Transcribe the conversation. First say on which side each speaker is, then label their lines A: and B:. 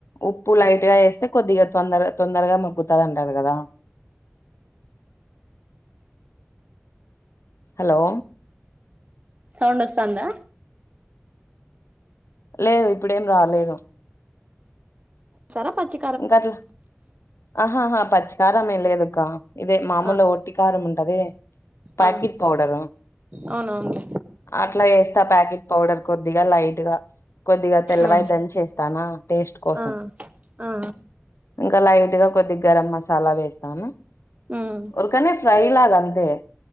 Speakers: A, on the left; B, on the right.
A: ఉప్పు లైట్గా ఎస్తే కొద్దిగా తొందరగా తొందరగా మగ్గుతారంటారు గద హలో
B: సౌండ్ అస్తందా
A: లేదు ఇప్పుడెం రాలేదు
B: సర పచి
A: ఇంకట్ల ఆహాహా పచ్చకారమేం లేదక్క ఇదే మాముూలుగ
B: ఆ
A: ఒట్టి కారముంటది ప్యాకిట్
B: ఆ
A: పౌడరు
B: అవునవునులే
A: అట్లా ఏస్తా ప్యాకెట్ పౌడర్ కొద్దిగా లైట్ గా కొద్దిగా తెల్లవయి
B: ఆ
A: దంచి ఎస్తానా టేస్ట్ కోసం
B: ఆ ఆ
A: ఇంకా లైట్ గా కొద్దిగా గరం మసాలా వేస్తాను
B: ఉమ్
A: ఉరకనే ఫ్రై లాగంతే